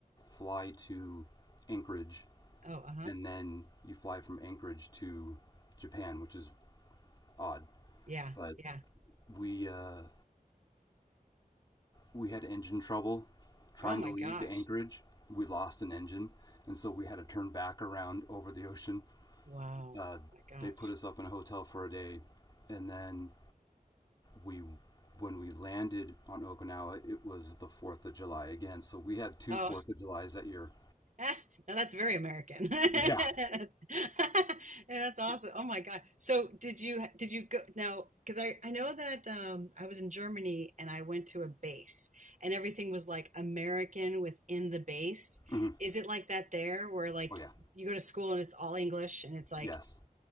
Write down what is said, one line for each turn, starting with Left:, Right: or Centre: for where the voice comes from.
Left: fly to Anchorage
Right: Oh, uh-huh.
Left: and then you fly from Anchorage to Japan, which is odd.
Right: Yeah,
Left: But
Right: yeah.
Left: we uh, we had engine trouble trying
Right: Oh my
Left: to leave
Right: gosh.
Left: Anchorage. We lost an engine, and so we had to turn back around over the ocean.
Right: Wow.
Left: Uh,
Right: My gosh.
Left: they put us up in a hotel for a day, and then we when we landed on Okinawa, it was the Fourth of July again. So we had two
Right: Oh,
Left: Fourth of Julys that year.
Right: <laughs> Ah, now that's very American. <laughs> That's,
Left: Yeah.
Right: <laughs> that's awesome. Oh my God. So did you did you go now? Because I I know that um, I was in Germany and I went to a base and everything was like American within the base.
Left: Mhm.
Right: Is it like that there where like
Left: Oh yeah.
Right: you go to school and it's all English and it's like
Left: Yes.